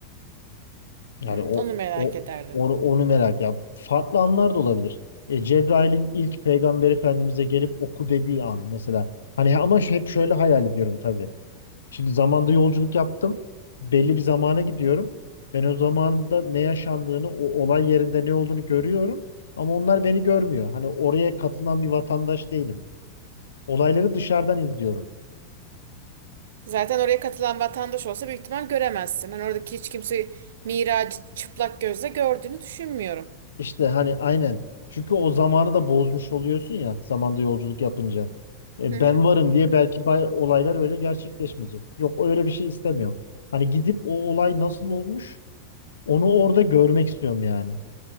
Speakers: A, on the left; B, on the right.
A: Yani
B: Hı,
A: o,
B: onu merak
A: o
B: ederdim.
A: onu, onu merak ya. Farklı anlar da olabilir. E, Cebrail'in ilk Peygamber Efendimiz'e gelip oku dediği an mesela. Hani ama şu- hep şöyle hayal ediyorum tabii. Şimdi zamanda yolculuk yaptım. Belli bir zamana gidiyorum. Ben o zamanda ne yaşandığını, o olay yerinde ne olduğunu görüyorum. Ama onlar beni görmüyor. Hani oraya katılan bir vatandaş değilim. Olayları dışarıdan izliyorum.
B: Zaten oraya katılan vatandaş olsa büyük ihtimal göremezsin. Hani oradaki hiç kimse Miraç'ı çıplak gözle gördüğünü düşünmüyorum.
A: İşte hani aynen. Çünkü o zamanı da bozmuş oluyorsun ya zamanda yolculuk yapınca. E,
B: Hı hı.
A: ben varım diye belki bay- olaylar öyle gerçekleşmeyecek. Yok öyle bir şey istemiyorum. Hani gidip o olay nasıl olmuş onu orada görmek istiyorum yani.